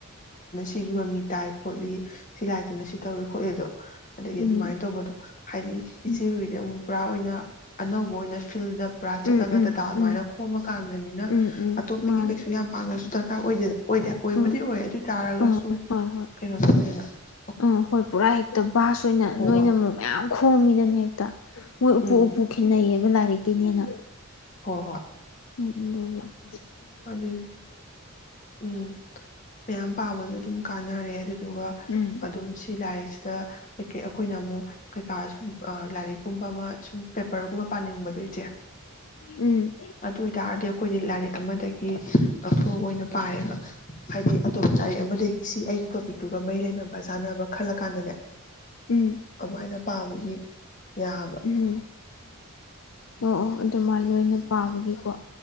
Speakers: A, on the left (about 35°); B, on the left (about 65°).
A: ꯃꯤꯒꯤ ꯃꯃꯤ ꯇꯥꯏ ꯂꯩ ꯈꯣꯠꯂꯤ ꯁꯤ ꯂꯥꯏꯔꯤꯛ ꯇꯨꯅ ꯁꯤ ꯇꯧꯏ ꯈꯣꯠꯂꯤ ꯑꯗꯣ ꯑꯗꯒꯤ
B: ꯎꯝ
A: ꯑꯗꯨꯃꯥꯏꯅ ꯇꯧꯕꯗꯣ ꯍꯥꯏꯗꯤ ꯏꯆꯦ
B: ꯎꯝ
A: ꯍꯣꯏꯗꯤ ꯑꯃꯨꯛ ꯄꯨꯔꯥ ꯑꯣꯏꯅ ꯑꯅꯧꯕ ꯑꯣꯏꯅ ꯐꯤꯜꯗ ꯄꯨꯔꯥ
B: ꯎꯝ
A: ꯆꯠꯂꯒ
B: ꯎꯝ
A: ꯗꯗꯥ ꯑꯗꯨꯃꯥꯏꯅ
B: ꯎꯝ
A: ꯈꯣꯝꯃ ꯀꯥꯟꯗꯅꯤꯅ
B: ꯎꯝ ꯎꯝ
A: ꯑꯇꯣꯞꯄꯒꯤ
B: ꯃꯥꯅꯦ
A: ꯀꯩꯁꯨ ꯌꯥꯝ ꯗꯔꯀꯥꯔ ꯑꯣꯏꯗ ꯑꯣꯏꯗ ꯑꯣꯏꯕꯨꯗꯤ
B: ꯎꯝ
A: ꯑꯣꯏ ꯑꯗꯨ ꯑꯣꯏꯇꯥꯥꯔꯒꯁꯨ
B: ꯑꯥ ꯍꯣꯏ ꯍꯣꯏ
A: ꯀꯩꯅꯣ ꯇꯧꯋꯦ <inaudible>
B: ꯑꯥ ꯍꯣꯏ ꯄꯨꯔꯥ ꯍꯦꯛꯇ ꯚꯁ ꯑꯣꯏꯅ
A: ꯍꯣꯏ
B: ꯅꯣꯏꯅ
A: ꯍꯣꯏ
B: ꯑꯃꯨꯛ ꯃꯌꯥꯝ ꯈꯣꯡꯝꯃꯤꯗꯅꯦ ꯍꯦꯛ ꯃꯣꯏ ꯎꯞꯄꯨ
A: ꯎꯝ
B: ꯎꯞꯄꯨ ꯈꯈꯤꯅꯩꯌꯦꯕ ꯂꯥꯏꯔꯤꯛ ꯀꯤꯅꯦꯅ
A: ꯍꯣꯏ ꯍꯣꯏ
B: ꯎꯝ ꯑꯗꯨꯒ
A: ꯑꯗꯨ ꯎꯝ ꯃꯌꯥꯝ ꯄꯥꯕꯁꯨ ꯑꯗꯨꯝ ꯀꯥꯟꯅꯔꯦ ꯑꯗꯨꯗꯨꯒ
B: ꯎꯝ
A: ꯑꯗꯨꯝ ꯁꯤ ꯂꯥꯏꯔꯤꯛꯁꯤꯗ ꯑꯩꯈꯣꯏꯅ ꯑꯃꯨꯛ ꯀꯩꯀꯥ ꯁꯨꯝ ꯂꯥꯏꯔꯤꯛ ꯀꯨꯝꯕ ꯑꯃ ꯁꯨꯝ ꯄꯦꯄꯔꯒꯨꯝꯕ ꯄꯥꯅꯤꯡꯕꯗꯣꯏꯆꯦ
B: ꯎꯝ
A: ꯑꯗꯨ ꯑꯣꯏꯇꯥꯔꯗꯤ ꯑꯩꯈꯣꯏꯗꯤ ꯂꯥꯏꯔꯤꯛ ꯑꯃꯗ ꯎ ꯂꯧꯊꯣꯛ ꯑꯒꯥ ꯑꯣꯏꯅ ꯄꯥꯏꯌꯦꯕ ꯍꯥꯏꯗꯤ ꯑꯇꯣꯞꯄ ꯂꯥꯏꯔꯤꯛ ꯑꯃꯗꯒꯤ ꯁꯤ ꯑꯩꯒꯤ ꯇꯣꯄꯤꯛꯇꯨꯒ ꯃꯩ ꯂꯩꯅꯕ ꯆꯥꯅꯕ ꯈꯜꯂꯀꯥꯟꯗꯅꯦ
B: ꯎꯝ
A: ꯀꯃꯥꯏꯅ ꯄꯥꯕꯒꯤ ꯌꯥꯕ
B: ꯎꯝ ꯎꯝ ꯑꯣ ꯑꯣ ꯑꯗꯨꯃꯥꯏꯅ ꯑꯣꯏꯅ ꯄꯥꯕꯒꯤꯀꯣ